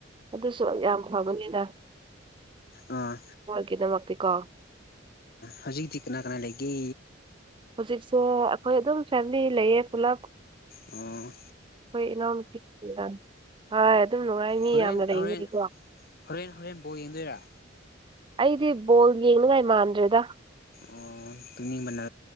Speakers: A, on the right; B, on the left.
A: ꯑꯗꯨꯁꯨ ꯌꯥꯝ ꯐꯕꯅꯤꯗ
B: ꯑꯥ
A: ꯒꯤꯗꯃꯛꯇꯤꯀꯣ
B: ꯍꯧꯖꯤꯛꯇꯤ ꯀꯅꯥ ꯀꯅꯥ ꯂꯩꯒꯦ
A: ꯍꯧꯖꯤꯛꯁꯦ ꯑꯩꯈꯣꯏ ꯑꯗꯨꯝ ꯐꯦꯃꯤꯂꯤ ꯂꯩꯌꯦ ꯄꯨꯂꯞ
B: ꯑ
A: ꯑꯩꯈꯣꯏ ꯏꯅꯥꯎꯅꯨꯄꯤꯁꯤꯡꯅ ꯍ ꯑꯗꯨꯝ ꯅꯨꯡꯉꯥꯏ ꯃꯤ
B: ꯍꯣꯔꯦꯟ
A: ꯌꯥꯝꯅ ꯂꯩꯕꯅꯤꯀꯣ
B: ꯍꯣꯔꯦꯟ ꯍꯣꯔꯦꯟ ꯍꯣꯔꯦꯟꯕꯣ ꯌꯦꯡꯗꯣꯏꯔꯥ
A: ꯑꯩꯗꯤ ꯕꯣꯜ ꯌꯦꯡꯅꯉꯥꯏ ꯃꯥꯟꯗ꯭ꯔꯦꯗ
B: ꯑꯣ ꯇꯨꯡꯅꯤꯡꯕꯅꯥ